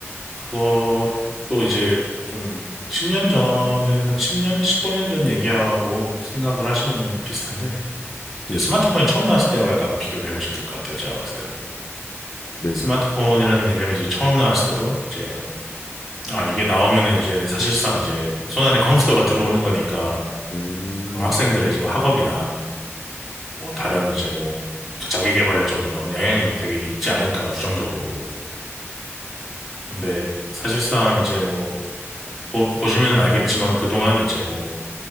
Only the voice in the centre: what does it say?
그것도 이제 좀 10년 전에, 한 10년, 15년 전 얘기하고 생각을 하시면 비슷한데,
이제 스마트폰이 처음 나왔을 때하고 약간 비교를 해보시면 될 것 같아요. 제가 봤을 때는.
스마트폰이라는 개념이 이제 처음 나왔을 때도 이제 약간, 아, 이게 나오면은 이제 사실상 이제 손안에 컴퓨터가 들어오는 거니까,
그럼 학생들의 이제 뭐 학업이나 뭐 다른 이제 뭐 자기 개발에 좀 영- 영향이 되게 있지 않을까, 부정적으로. 근데 사실상 이제 뭐 보, 보시면 알겠지만 그동안 이제 뭐